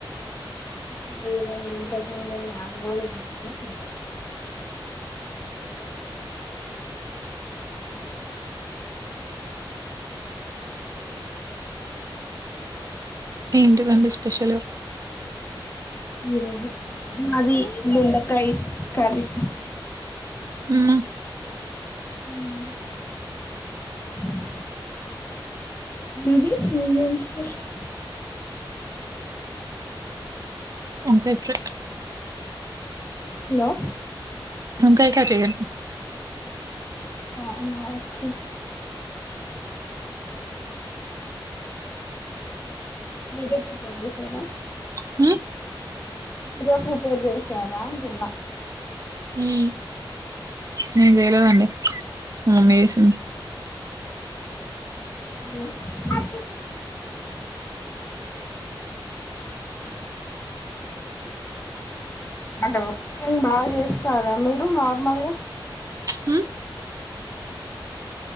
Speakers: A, on the left (about 25°); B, on the right (about 45°).
A: ఇంకా లేదండి ఇంతకు ముందే మ్యాంగో తిన్నా
B: ఏంటిదండి స్పెషల్
A: ఈరోజు మాది బెండకాయ కర్రి
B: ఉమ్మ
A: ఉమ్ మీది మీదేం స్పెషల్
B: వంకాయ్ ఫ్రై
A: హలో
B: వంకాయ్ కర్రి అండి
A: అవునా ఓకే మీరే ప్రిపేర్ చేశారా
B: హ్మ్
A: మీరే ప్రిపేర్ చేశారా అంటున్న
B: ఉమ్ నేన్ చెయ్ కదండి మమ్మి చేసింది
A: ఉంహు అది అంటే వకింగ్ బా చేస్తారా మీరు నార్మల్గా
B: హ్మ్